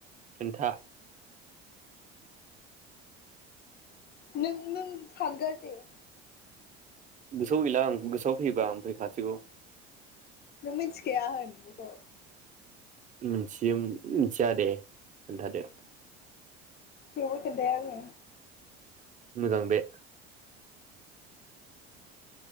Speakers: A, on the right; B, on the left.
A: <unintelligible>
B: नों- नों <unintelligible>
A: गोसोआव गैला आं गोसोआव फैयोबा आं फैखासिगौ।
B: नों मिथिखाया होन बेखौ।
A: मिथि मिथिया दे खोनथादो।
B: थेवबो खोनथाया आङो
A: मोजां बे